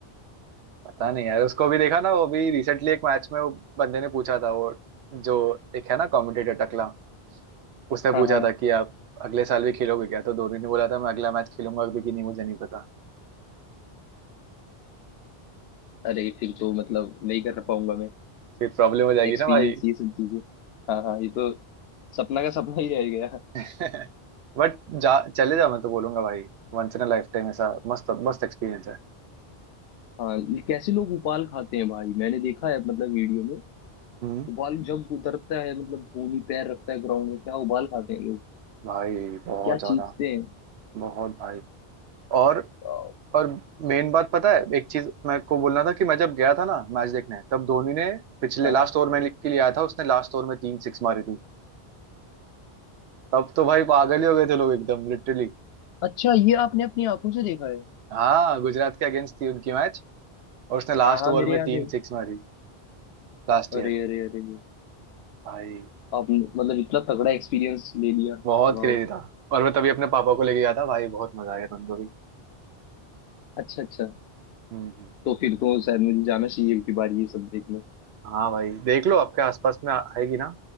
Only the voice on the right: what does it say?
पता नहीं यार उसको भी देखा ना वो भी रिसेंटली एक मैच में वो बंदे ने पूछा था वो जो एक है ना कमेंटेटर टकला उसने पूछा
था कि आप अगले साल भी खेलोगे क्या तो धोनी ने बोला था मैं अगला मैच खेलूंगा भी कि नहीं मुझे नहीं पता
फिर प्रॉब्लम हो जाएगी
ना भाई
<laughs> बट जा चले जा मैं तो बोलूंगा भाई once in a lifetime ऐसा मस्त मस्त एक्सपीरियंस है
हम्म
भाई बहुत
ज्यादा
बहुत भाई और
और मेन बात पता है एक चीज मैं को बोलना था कि मैं जब गया था ना मैच देखने तब धोनी ने पिछले
लास्ट ओवर में के लिए आया था उसने लास्ट ओवर में तीन सिक्स मारी थी तब तो भाई पागल ही हो गए थे लोग एकदम लिटरली
हाँ गुजरात के अगेंस्ट थी उनकी मैच और उसने लास्ट
ओवर
में
तीन
सिक्स मारी लास्ट
ईयर
भाई
बहुत
क्रेजी था और मैं तभी अपने पापा को लेके गया था भाई बहुत मजा आया था उनको भी
हम्म हम्म।
हाँ भाई देख लो आपके आसपास में आ- आएगी ना